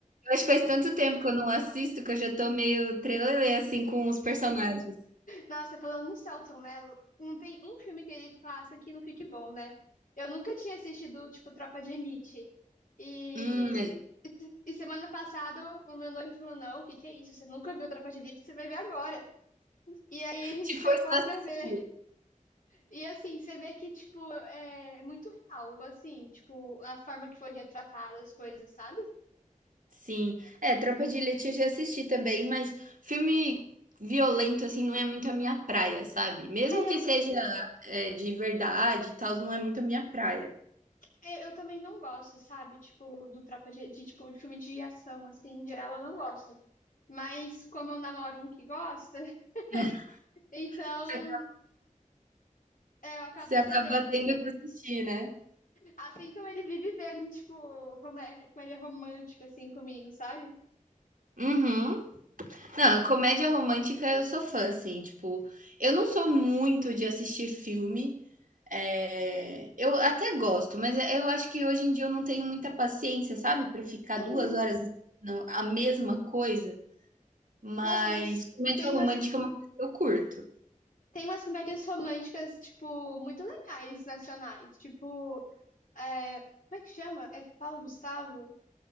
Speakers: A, on the right; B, on the left.
A: Eu acho que faz tanto tempo que eu não assisto que eu já tô meio trelelê, assim, com os personagens.
B: Nossa, falando no Selton Mello, não tem um filme que ele faça que não fique bom, né? Eu nunca tinha assistido, tipo, Tropa de Elite. E,
A: Hum, é.
B: e semana passada o meu noivo falou: Não, o que que é isso? Você nunca viu Tropa de Elite? Você vai ver agora. E aí a gente
A: se for
B: pecou
A: só assistir.
B: pra ver. E assim, você vê que, tipo, é é muito real, assim, tipo, a forma que foi retratada as coisas, sabe?
A: Sim. É, Tropa de Elite eu já assisti também, mas filme violento, assim, não é muito a minha praia, sabe? Mesmo
B: É,
A: que
B: eu,
A: seja, eh, de verdade e tals, não é muito a minha praia.
B: é, eu também não gosto, sabe? Tipo, do Tropa de, de, tipo, filme de ação, assim, em geral eu não gosto. Mas como eu namoro um que gosta, <laughs>
A: <laughs>
B: então
A: Você
B: é, eu acabo
A: você acaba
B: cedendo.
A: tendo que assistir, né?
B: Assim como ele vive vendo, tipo, como, é, como ele é romântico, assim, comigo, sabe?
A: Uhum. Não, comédia romântica eu sou fã, assim, tipo, eu não sou muito de assistir filme, eh, eu até gosto, mas eu acho que hoje em dia eu não tenho muita paciência, sabe, pra ficar
B: Uhum.
A: 2 horas assistindo a mesma coisa. Mas
B: Nossa, mas
A: comédia
B: tem umas,
A: romântica é uma coisa que eu curto.
B: tem umas comédias românticas, tipo, muito legais, nacionais. Tipo, É, como é que chama? É com o Paulo Gustavo?